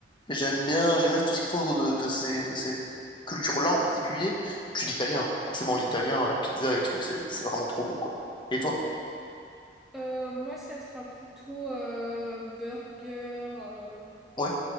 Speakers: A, on the left; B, in the centre.
A: Et J'aime bien, j'aime bien tout ce qui tourne autour de, de ces, de ces cultures-là en particulier. Puis l'italien, forcément l'italien, la pizza et tout, c'est c'est vraiment trop bon, quoi. Et toi?
B: Euh, moi, ça sera plutôt euh, burger euh,
A: Ouais,